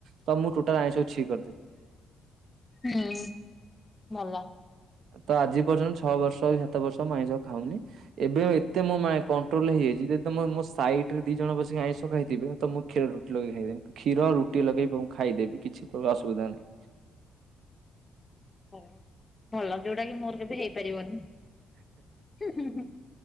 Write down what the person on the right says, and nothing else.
ତ ମୁଁ ଟୋଟାଲ ଆଇଁଷକୁ ଛି କରିଦେଲି
ତ ଆଜି ପର୍ଯ୍ୟନ୍ତ ଛଅ ବର୍ଷ ସାତ ବର୍ଷ ଆଇଁଷ ଖାଉନି। ଏବେ ଏତେ ମୋ କଣ୍ଟ୍ରୋଲରେ ହେଇଯାଇଛି ଯେଦ ମୋ ସାଇଡ ରେ ଦି ଜଣ ବସିକି ଆଇଁଷ ଖାଇଥିବେ ତ ମୁଁ କ୍ଷୀର ରୁଟି ଲଗେଇ ଖାଇଦେବି, କ୍ଷୀର ରୁଟି ଲଗେଇ ଖାଇଦେବି, କିଛି ଅସୁବିଧା ନାହିଁ।